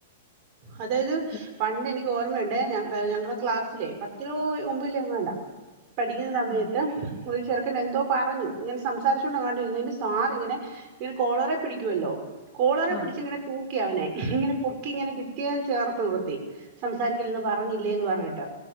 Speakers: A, on the right; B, on the left.
A: അതായത്
B: ഇപ്
A: പണ്ട് എനിക്ക് ഓർമ്മയുണ്ട് ഞ ഞങ്ങളടെ ക്ലാസ്സിലേ പത്തിറമുമ്പില ങാണ്ട പഠിക്കുന്ന സമയത്ത്
B: ഉം
A: ഒരു ചെറുക്കൻ എന്തോ പറഞ്ഞു ഇങ്ങനെ സംസാരിച്ചോണ്ട രുന്നതിന് സാറി ഇങ്ങനെ കോളറെ പിടിക്കുവല്ലോ കോളറെ
B: ആഹ്
A: പിടിച്ച് ഇങ്ങനെ തൂക്കി അവനെ ഇങ്ങനെ പൊക്കി ഇങ്ങനെ ഭിത്തിയൽ ചേർത്ത് നിർത്തി സംസാരിക്കില്ലന്ന് പറഞ്ഞില്ലേന്ന് പറഞ്ഞിട്ട്